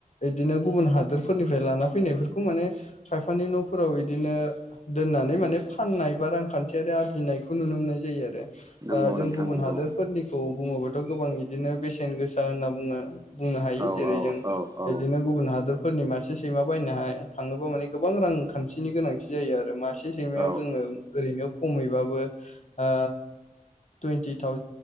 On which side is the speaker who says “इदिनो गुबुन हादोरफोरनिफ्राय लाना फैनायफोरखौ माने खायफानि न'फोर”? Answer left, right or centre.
Left